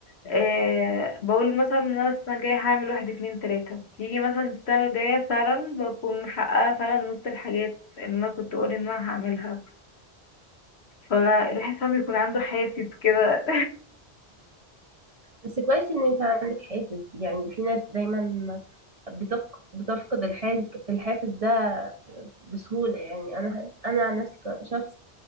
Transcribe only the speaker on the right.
بس كويس إن أنت عندك حافز يعني في ناس دايما بتفق... بتفقد الحاج... الحافز ده بسهولة يعني أنا أنا عن نفسي كشخص